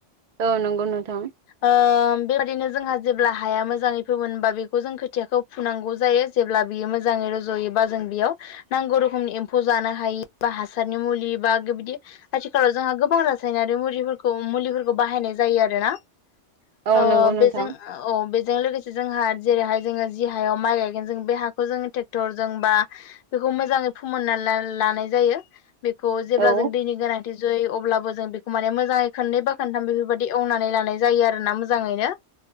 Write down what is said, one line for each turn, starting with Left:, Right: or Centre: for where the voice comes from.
Right: औ नंगौ नोंथां
Left: ओम बेबायाददिनो जोंहा जेब्ला हाया मोजाङै होमोनबा बेखौ जों खोथियाखौ फुनांगौ जायो जेब्ला बियो मोजाङै रज'योबा जों बेयाव नांगौ रोखोमनि एम्फौ जानो हायि बा हासारनि मुलि बा बेबायदि आथिखालाव जोंहा गोबां रासायनारि मुलिफोरखौ मुलिफोरखौ बाहायनाय जायो आरो ना
Right: औ
Left: आ
Right: नंगौ नोंथां
Left: बेजों औ बेजों लोगोसे जोंहा जेरैहाय जोङो जि हायाव माइ गायगोन जों बे हाखौ जोङो ट्रेक्टरजों बा बेखौ मोजाङै फोमोनना लानाय जायो बेखौ जेब्ला
Right: औ
Left: जों दैनि गोनां जै अब्लाबो जों बेखौ माने मोजाङै खननै बा खोनथाम बेफोरबायदि एवनानै लानाय जायो आरोना मोजाङैनो